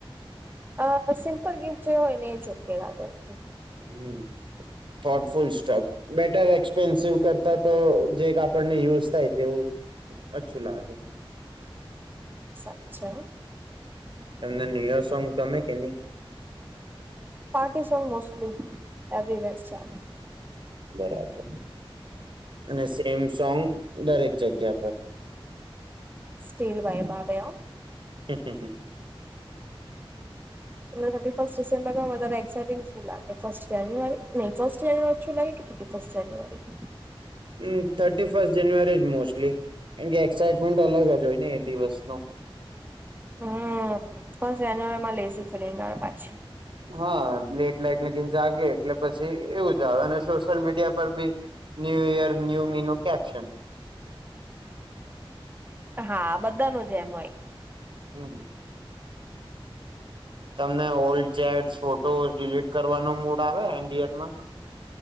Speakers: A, on the right (about 20°); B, on the right (about 60°).
A: અહ સિમ્પલ ગિફ્ટ જે હોય ને જ ઓકે લાગે મને.
B: હમ્મ થોટફુલ સ્ટોક બેટર એક્સપેન્સિવ કરતા તો જેક આપણને યુઝ થાય તેવું અચ્છું લાગે.
A: સાચ્ચા હો.
B: તમને ન્યુયર સોંગ ગમે કે નહીં?
A: <unintelligible> સોંગ મોસ્ટલી <unintelligible> વાઈબ્સ આવે.
B: બરાબર અને સેમ સોંગ દરેક જગ્યા પર.
A: સ્ટીલ વાઈબ આવે હો.
B: હા-હા.
A: તમને થર્ટી ફર્સ્ટ ડિસેમ્બરના વધારે એક્સાઇટિંગ શું લાગે ફર્સ્ટ જાન્યુઆરી નહીં ફર્સ્ટ અચ્છું લાગે કે થર્ટી ફર્સ્ટ જાન્યુઆરી?
B: હમ્મ થર્ટી ફસ્ટ જાન્યુઆરી જ મોસ્ટલી કેમ કે એક્સાઈટમેન્ટ અલગ જ હોય ને એ દિવસ નો.
A: હમ્મ ફસ્ટ જાન્યુઆરીમાં લેઝી ફિલીંગ આવે પાછી.
B: હા લેટનાઇટ લગીન જાગે એટલે પછી એવું જ આવે અને સોશિયલ મીડિયા પર બી ન્યુ યર ન્યુ મીનો કેપ્શન.
A: હા બધા નું જ એમ હોય.
B: હમ્મ. તમને ઓલ્ડ ચેટ ફોટોસ ડિલીટ કરવાનો મૂડ આવે એનડીરમાં